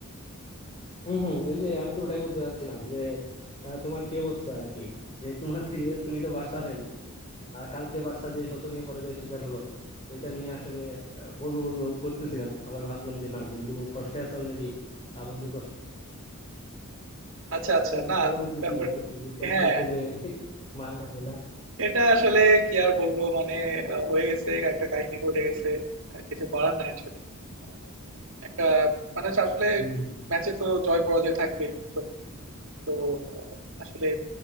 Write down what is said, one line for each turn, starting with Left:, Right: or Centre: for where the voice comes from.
Left: হম হম এই যে আমি তো ওটাই বলতে চাচ্ছিলাম যে আহ, তোমার কি অবস্থা আর কি যে তোমার থেকে- তুমি তো বার্সা ফ্যান আর কালকে বার্সা যে শোচনীয় পরাজয়ের শিকার হলো তো এটা নিয়ে আসলে আহ, বলবো বলবো করতেছিলাম আবার ভাবলাম যে না বন্ধু কষ্টে আছে অলরেডি আর বন্ধুর কষ্টে
Right: আচ্ছা আচ্ছা
Left: দেখি-
Right: না
Left: কি অনুভূতি
Right: ব্যাপার
Left: কি বন্ধু এই যে শেষ
Right: হ্যাঁ
Left: মুহূর্তে যে মারাটা খাইলা
Right: এটা আসলে কি আর বলবো মানে আহ, হয়ে গেছে একটা কাহিনী ঘটে গেছে আহ, কিছু করার নাই আসলে আহ, একটা মানে হচ্ছে আসলে
Left: হম
Right: ম্যাচে তো জয় পরাজয় থাকবেই বুঝছো তো আহ, আসলে